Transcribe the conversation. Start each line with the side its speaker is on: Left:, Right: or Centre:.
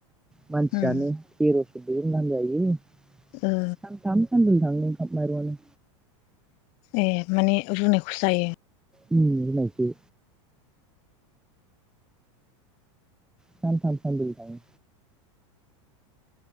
Centre: मानसियानो
Left: उम
Centre: हिर' बे मानजायो
Left: ओ
Centre: सान थाम सान ब्रैल' थाङो आ माइरंआनो
Left: ए माने रुनाय फुसायो
Centre: उम रुनायखौ सानथाम सानब्रै थाङो